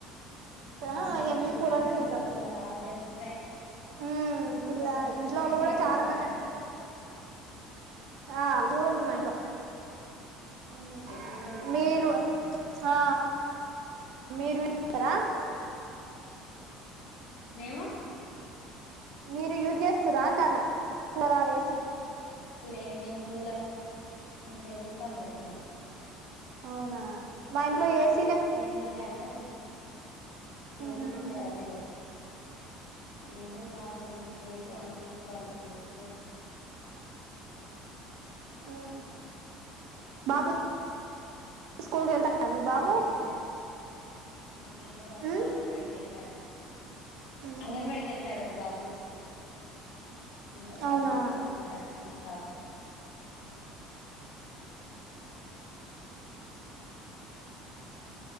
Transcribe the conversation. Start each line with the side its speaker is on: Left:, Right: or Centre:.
Right: ఆ
Left: అందరు ఒక
Right: ఏముంది
Left: దగ్గర
Right: కూలర్
Left: ఉంటారు.
Right: పెట్టుకుంటాం
Left: స్కూల్ హాలిడేస్ అస్తాయి.
Right: ఉమ్ పిల్ల
Left: కూళర్ పెట్టుకుంటారు
Right: ఇంట్లో వాళ్ళు
Left: ఏసీ
Right: కూడా
Left: పెట్టిచుకోరా
Right: చాలా మంది అంటే ఆ చూడుండి మా ఇంట్లో ఆ
Left: ఏసీ కూడా పెట్టుకున్నారా
Right: మీరు ఆ మీరు కదా
Left: మేము
Right: మీరు యూస్ చేస్తుర్రా అంటన్న కురార్ ఏసి
Left: లే మేము కూలర్ మేం టేబుల్ ఫ్యాన్ పెడుతున్నాం
Right: అవునా మా ఇంట్లో ఏ స్
Left: టేబుల్ ఫ్యాను
Right: ఉమ్
Left: ఏసీ పెట్టారా మీరు ఎండలు బాగా గొడుతున్నాయ్ ఏసీ ఆన్ చేసుకోవాల్సిందే ఇప్పుడు
Right: మ్మ్ బాబు స్కూల్కి వెళ్తా మీ బాబు
Left: మీరు ఫెస్టివల్ మా పెద్ద బాబు
Right: ఉమ్
Left: అంగన్వాడీకి ఎల్
Right: ఉహు
Left: అంగన్వాడికి వెళ్తాడు ఒక బాబు ఇంకో బాబు
Right: అవునా
Left: ఇంట్లోనే ఉంటాడు చిన్న బాబు ఉమ్